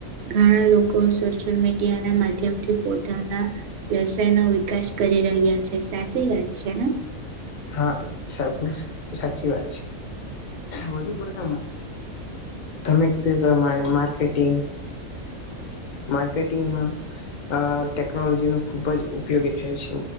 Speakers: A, on the right (about 60°); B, on the left (about 75°).
A: ઘણા લોકો સોશિયલ મીડિયાના માધ્યમથી પોતાના વ્યવસાય નો વિકાસ કરી રહ્યા છે. સાચી વાત છે ને?
B: હા સાચું સાચી વાત છે. વધુ પડતા તમે કીધું એ પ્રમાણે માર્કેટિંગ માર્કેટિંગમાં અ ટેકનોલોજીનો ખુબ જ ઉપયોગી થાય છે.